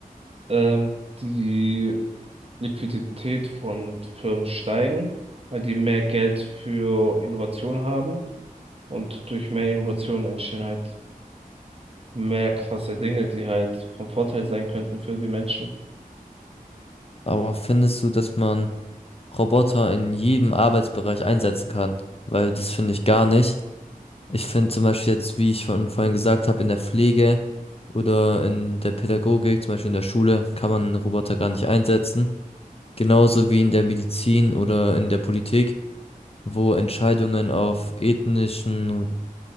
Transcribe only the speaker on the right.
ähm, die Liquidität von Firmen steigen, weil die mehr Geld für Innovation haben. Und durch mehr Innovation entstehen halt mehr krasse Dinge, die halt vom Vorteil sein könnten für die Menschen.